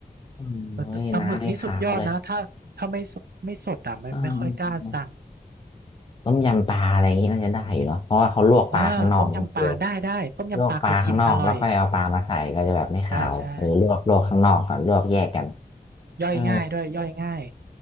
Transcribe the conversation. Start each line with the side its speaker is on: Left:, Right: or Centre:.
Left: เออเฮ้ยน้ำนี่คาวเลย
Right: เออแต่ปลาหมึกนี่สุดยอดนะ ถ้าถ้าไม่สดไม่สดอ่ะมันไม่ค่อยกล้าสั่ง
Left: อ่า ต้มยำปลาอะไรอย่างนี้น่าจะได้อยู่เนาะเพราะว่าเขาลวกปลาข้างนอกน้องเจล
Right: อ่าต้มยำปลาได้ได้ต้มยำปลาเคยกินอร่อย
Left: ลวกปลาข้างนอกแล้วค่อยเอาปลามาใส่ก็จะแบบไม่ขาวเออลวกลวกข้างนอกก่อนลวกแยกกัน
Right: ใช่ใช่ย่อยง่ายด้วยย่อยง่าย
Left: เออ